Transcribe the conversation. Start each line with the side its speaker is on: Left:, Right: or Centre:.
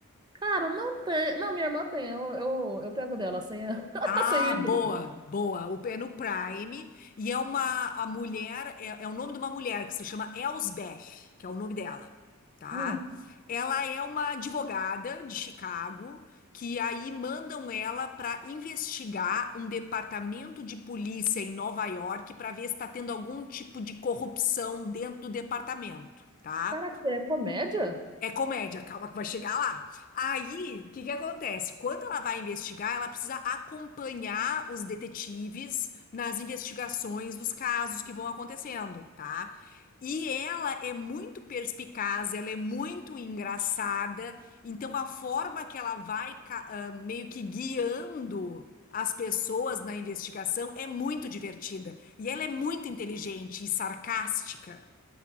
Right: Cara, não tem. Não, minha irmã tem. Eu, eu, eu pego dela sem, a- <laughs>
Left: Ah,
Right: sem o
Left: boa,
Right: e-mail.
Left: boa. O é no Prime e é uma a mulher é, é o nome de uma mulher que se chama Elsbeth, que é o nome dela, tá?
Right: Ah,
Left: Ela é uma advogada de Chicago que aí mandam ela para investigar um departamento de polícia em Nova York para ver se está tendo algum tipo de corrupção dentro do departamento, tá?
Right: caraca, é comédia?
Left: É comédia, calma que vai chegar lá. Aí, o que que acontece? Quando ela vai investigar, ela precisa acompanhar os detetives nas investigações dos casos que vão acontecendo, tá? E ela é muito perspicaz, ela é muito engraçada, então a forma que ela vai ca- ah, meio que guiando as pessoas na investigação é muito divertida. E ela é muito inteligente e sarcástica.